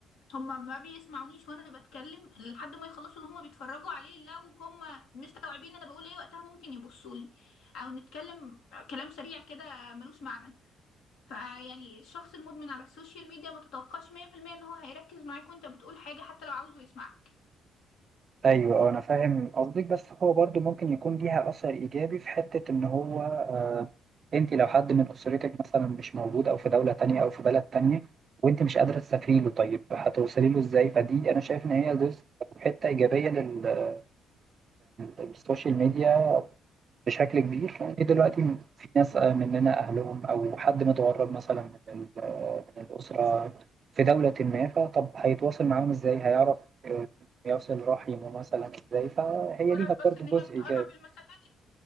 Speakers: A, on the left; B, on the right.
A: هما ما بيسمعونيش وانا بتكلم لحد ما يخلصوا اللي هما بيتفرجوا عليه لو هما مستوعبين انا بقول ايه وقتها ممكن يبصوا لي او نتكلم كلام سريع كده ملوش معنى فيعني الشخص المدمن على السوشيال ميديا ما تتوقعش 100% ان هو هيركز معاك وانت بتقول حاجة حتى لو عاوزه يسمعك
B: ايوه أه، انا فاهم قصدك بس هو برضو ممكن يكون ليها اثر ايجابي في حته ان هو آه انت لو حد من اسرتك مثلا مش موجود او في دوله تانية او في بلد تانية وانت مش قادره تسافري له طيب هتوصلي له ازاي فدي انا شايف ان هي جزء حته ايجابيه لل- للسوشيال ميديا بشكل كبير لأن دلوقتي في ناس آه، مننا أهلهم أو حد متغرب مثلا من ال- آه، من الأسرة في دولة ما فطب هيتواصل معاهم إزاي هيعرف آه، يصل رحمه مثلا إزاي فهي
A: مجرد
B: ليها
A: بس
B: برضو
A: ان هي
B: جزء
A: بتقرب
B: إيجابي
A: المسافات